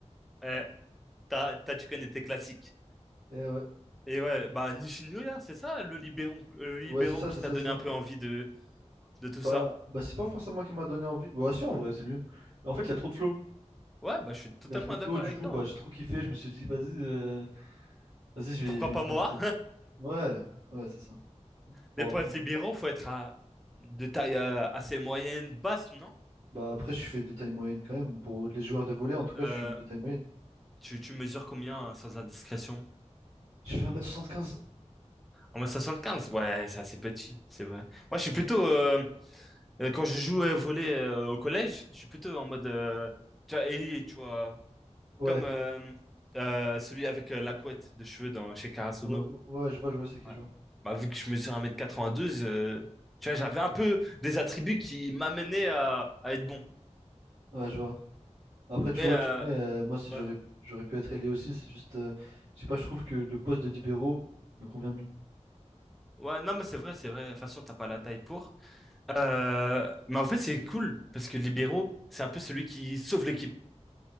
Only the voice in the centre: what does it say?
Euh, t'as, t'as- tu connais tes classiques.
Et ouais, bah Nishinuya, c'est ça le libéraux, le libéraux
qui
t'a donné
un peu envie de, de tout
ça.
Ouais, bah je suis totalement
d'accord
avec
toi.
hein.
Pourquoi
pas
moi?
<laughs>
Mais pour
être libéraux, faut être à, de taille euh, assez moyenne, basse, non?
Euh,
tu, tu mesures combien euh, sans indiscrétion?
1 soixante quinze. Ouais, c'est assez petit, c'est vrai. Moi, je
suis plutôt, euh, euh, quand je joue au volley euh, au collège, je suis plutôt en mode, euh, tu vois, Ellie, tu vois,
comme euh, euh, celui avec euh, la couette de cheveux dans, chez Karasuno.
Ouais.
Bah, vu que je mesure 1m92, euh, tu vois, j'avais un peu des attributs qui m'amenaient à, à être bon.
Mais
euh,
ouais.
Ouais, non, mais c'est vrai, c'est vrai. De toute façon, t'as pas la taille pour. Euh, mais en fait, c'est cool parce que libéraux, c'est un peu celui qui sauve l'équipe.